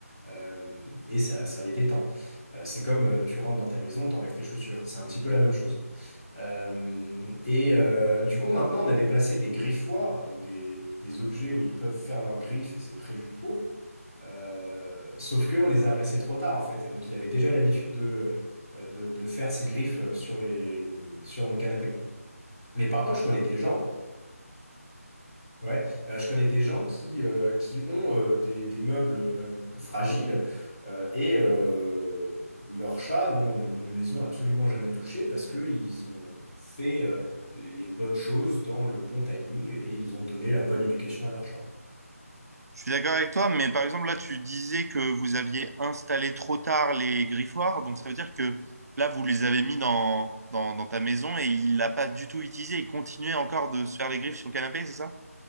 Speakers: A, on the left; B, on the right.
A: Euh, et ça, ça les détend. Euh, c'est comme euh, tu rentres dans ta maison, t'enlèves tes chaussures. C'est un petit peu la même chose. Euh, et euh, du coup, maintenant, on avait placé des griffoirs, donc des, des objets où ils peuvent faire leurs griffes et c'est prévu pour. Euh, sauf que on les a placés trop tard en fait, et donc il avait déjà l'habitude de, euh, de, de faire ses griffes euh, sur les, sur mon canapé. Mais par contre, je connais des gens. Ouais, euh, je connais des gens qui, euh, qui ont euh, des, des meubles euh, fragiles euh, et euh, leurs chats non, ne, ne les ont absolument jamais touchés parce qu'ils ont fait euh, les bonnes choses dans le bon timing et ils ont donné la bonne éducation à leurs chats.
B: Je suis d'accord avec toi, mais par exemple, là, tu disais que vous aviez installé trop tard les griffoirs, donc ça veut dire que là, vous les avez mis dans, dans, dans ta maison et il l'a pas du tout utilisé, il continuait encore de se faire les griffes sur le canapé, c'est ça?